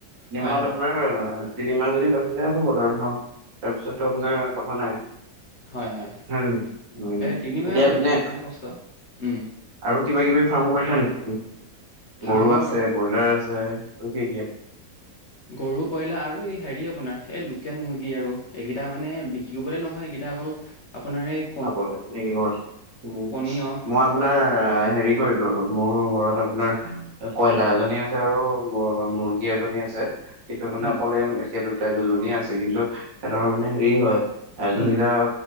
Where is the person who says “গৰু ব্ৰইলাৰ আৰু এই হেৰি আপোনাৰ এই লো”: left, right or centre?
Left